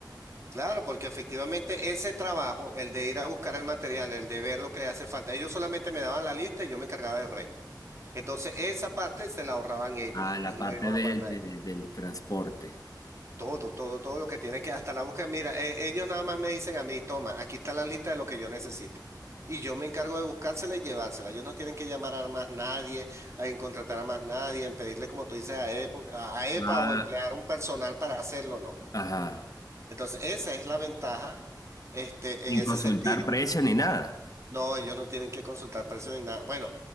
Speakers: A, on the right; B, on the left.
A: claro, porque efectivamente ese trabajo, el de ir a buscar el material, el de ver lo que le hace falta, ellos solamente me daban la lista y yo me encargaba del resto. Entonces, esa parte se la ahorraban ellos,
B: Ah,
A: ellos
B: la
A: no
B: parte
A: iban
B: de-
A: a pagar nada.
B: de- del transporte.
A: Todo, todo, todo lo que tiene que, hasta la búsqueda. Mira, eh, ellos nada más me dicen a mí, toma, aquí está la lista de lo que yo necesito. Y yo me encargo de buscársela y llevársela. Ellos no tienen que llamar a más nadie, a en contratar a más nadie, en pedirle, como tú dices, a EPO a a EPA
B: Ah,
A: o emplear un personal para hacerlo, no.
B: ajá.
A: Entonces, esa es la ventaja, este,
B: Sin
A: en ese
B: consultar
A: sentido.
B: precio ni nada.
A: No, ellos no tienen que consultar precios ni nada. Bueno,